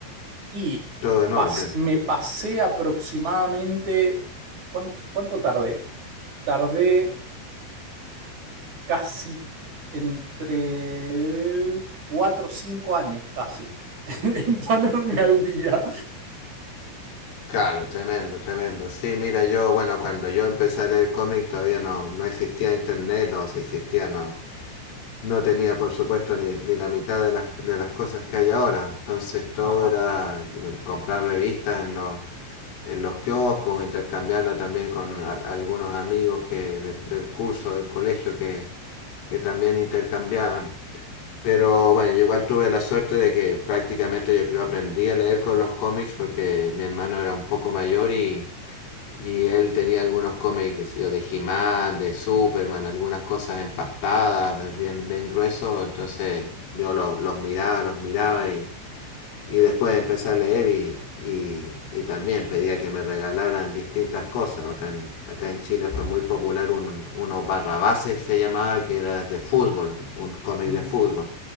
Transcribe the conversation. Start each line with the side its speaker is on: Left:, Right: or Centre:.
Right: y
Left: todo en orden.
Right: pas- me pasé aproximadamente, ¿cuánto, cuánto tardé? Tardé casi entre 4 o 5 años, casi, <laughs> en ponerme al día.
Left: Claro, tremendo, tremendo. Sí, mira, yo, bueno, cuando yo empecé a leer cómics todavía no, no existía internet, o si existía, no, no tenía, por supuesto, ni, ni la mitad de las, de las cosas que hay ahora. Entonces todo
Right: Ajá.
Left: era bueno, comprar revistas en los en los kioscos, intercambiarla también con a- algunos amigos que del, del curso, del colegio, que, que también intercambiaban. Pero bueno, yo igual tuve la suerte de que prácticamente yo creo aprendí a leer con los cómics porque mi hermano era un poco mayor y, y él tenía algunos cómics, qué sé yo, de He-Man, de Superman, algunas cosas empastadas, bien, bien gruesos. Entonces yo lo- los miraba, los miraba y, y después empecé a leer y, y, y también pedía que me regalaran distintas cosas. Acá en, acá en Chile fue muy popular un, uno Barrabases se llamaba, que era de fútbol, un cómic
Right: Mm,
Left: de fútbol,